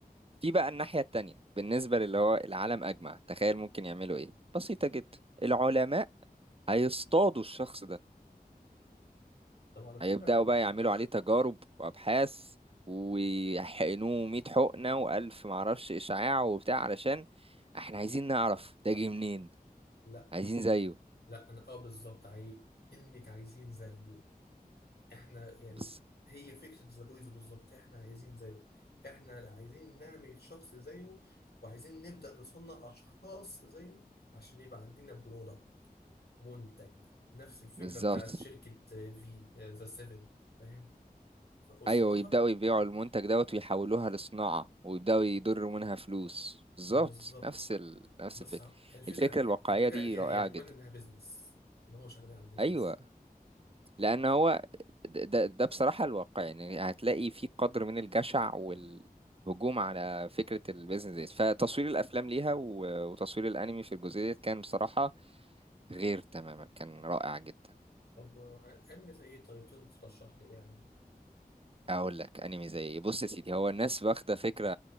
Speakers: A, on the right; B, on the left.
A: في بقى الناحية التانية بالنسبة للي هو العالم أجمع تخيل ممكن يعملوا إيه بسيطة جدا العلماء هيصطادوا الشخص ده
B: طب على فكرة
A: هيبدأوا بقى
B: أ-
A: يعملوا
B: أنا
A: عليه تجارب وأبحاث ويحقنوه 100 حقنة وألف معرفش إشعاع وبتاع علشان إحنا عايزين نعرف ده جه منين
B: لا
A: عايزين زيه
B: لا انا اه بالظبط عايز كلمة عايزين زيه احنا يعني
A: بس
B: هي فكرة ذا بويز بالظبط احنا عايزين زيه احنا عايزين نعمل شخص زيه وعايزين نبدأ نصنع اشخاص زيه عشان يبقى عندنا برودكت منتج نفس الفكرة
A: بالظبط
B: بتاعت شركة في ذا سيفن فاهم والصراحة
A: أيوة ويبدأوا يبيعوا المنتج دوت ويحولوها لصناعة ويبدأوا يضروا منها فلوس بالظبط
B: بالظبط
A: نفس ال... نفس
B: بس
A: الفكرة
B: ه- الفكرة
A: الفكرة الواقعية
B: الفكرة
A: دي
B: هي
A: رائعة
B: هي عجباني
A: جدا
B: انها بيزنس ان هو شغالين على بيزنس
A: ايوه لان هو ده, ده ده بصراحه الواقع يعني هتلاقي في قدر من الجشع والهجوم على فكره البيزنس ديت فتصوير الافلام ليها و- وتصوير الانمي في الجزئيه ديت كان بصراحه غير تماما كان رائع جدا
B: طب آه، انمي زي ايه طيب تقدر ترشح لي يعني
A: اقول لك انمي زي إيه؟ بص يا سيدي هو الناس واخده فكره